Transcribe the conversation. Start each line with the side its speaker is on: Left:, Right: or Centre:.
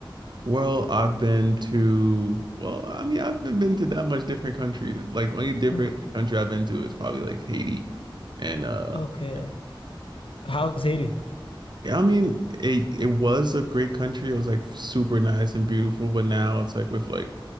Right: Well, I've been to, well, I mean, I haven't been to that much different countries. Like only different
Left: <laughs>
Right: like, country I've been to is probably like Haiti, and uh,
Left: Okay.
Right: yeah,
Left: How's Haiti?
Right: Yeah, I mean, it it was a great country. It was like super nice and beautiful, but now it's like with like,